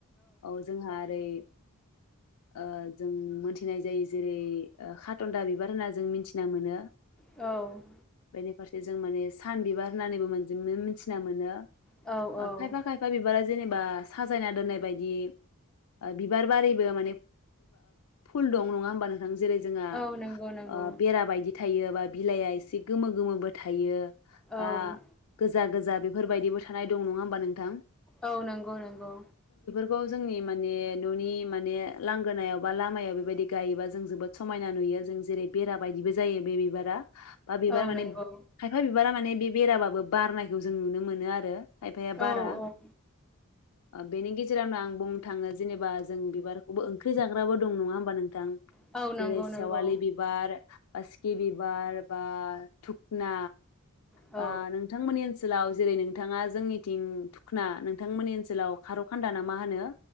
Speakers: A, on the left; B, in the centre.
A: औ जोंहा ओरै ओ जों मोनथिनाय जायो जेरै खाटनन्दा बिबार होनना जों मिथिना मोनो
B: औ
A: <unintelligible> जों माने सान बिबार होननानैबो मोन मिथिना मोनो
B: औ औ
A: अ खायफा खायफा बिबारा जेनेब बा साजायना दोननाय बायदि ओ बिबार बारिबो माने फुल दं नङा होम्बा नोंथां जेरै जोंहा
B: औ नंगौ नंगौ
A: ओ बेरा बायदि थायो बा बिलाइआ एसे गोमो गोमो बोथ थायो
B: औ
A: बा गोज जा गोजा बेफोरबायदिबो थानाय दं नङा होमबा नोंथां?
B: औ नंगौ नंगौ
A: खौ जोंनि माने न'नि माने लांगोनायाव बा लामायाव बेबायदि गायोबा जों जोबोद समायना नुयो जों जेरै बेरा बायदिबो जायो बे बिबारा बा बिबार
B: औ
A: माने
B: नंगौ
A: खायफा बिबारा माने बे बेराबाबो बारनायखौ जों नुनो मोनो आरो खइफाया
B: औ
A: बारा
B: औ
A: बेनि गेजेरावनो आं बुंनो थाङो जेनेबा जों बिबारखौबो ओंख्रि जाग्राबो दं नङा होम्बा नोंथां?
B: औ
A: जेरै
B: नंगौ नंगौ
A: सेवालि बिबार बासकि बिबार बा थु ना
B: औ
A: बा ओ नोंथांमोननि ओनस सोलाव जेरै नोंथाङा जोंनिथिं थुखना नोंथांमोननि ओनसोलाव खार' खान्दा ना मा होनो?